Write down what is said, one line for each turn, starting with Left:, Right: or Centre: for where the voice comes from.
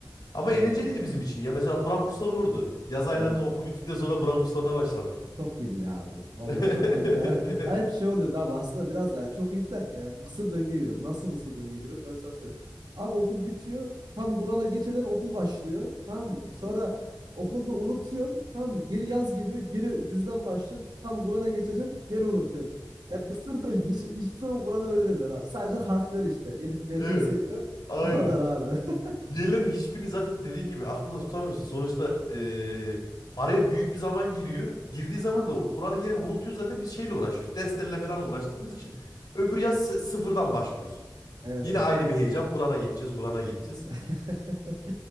Left: Ama
Right: Doğru
Left: eğlenceliydi
Right: doğru.
Left: bizim için ya. Mesela Kur'an kursları olurdu. Yaz aylarında
Right: Vallahi.
Left: okul bittikten sonra Kur'an kurslarına başlardık.
Right: Çok iyiydi ya abi. Vallahi
Left: <laughs>
Right: çok iyiydi yani. Ya hep şey oluyordu abi aslında biraz daha çok iyiydi derken yani kısır döngüye giriyordu. Nasıl kısır döngüye giriyordu ben sana söyleyeyim. Abi okul bitiyor. Tam Kur'an'a geçeceksin okul başlıyor. Tamam mı? Sonra okulda unutuyorsun. Tamam mı? Geri yaz geliyor. Geri cüzden başlıyorsun. Tam Kur'an'a geçeceksin. Geri unutuyorsun. Ya kısır döngü. Hiç, hiçbir zaman Kur'an'ı öğrenemiyorsun abi. Sadece harfler işte. Elif, B,
Left: Evet.
Right: T, S diyorsun.
Left: Aynı.
Right: Bu kadar abi. <laughs>
Left: Diğerlerinin hiçbirini zaten dediğin gibi aklında tutamıyorsun. Sonuçta eee, araya büyük bir zaman giriyor. Girdiği zaman da o Kur'an-ı Kerim'i unutuyor zaten biz şeyle uğraşıyoruz. Derslerle falan uğraştığımız için. Öbür yaz sı- sıfırdan başlıyoruz.
Right: Evet
Left: Yine
Right: evet.
Left: aynı bir heyecan. Kur'an'a geçeceğiz, Kur'an'a geçeceğiz.
Right: <laughs>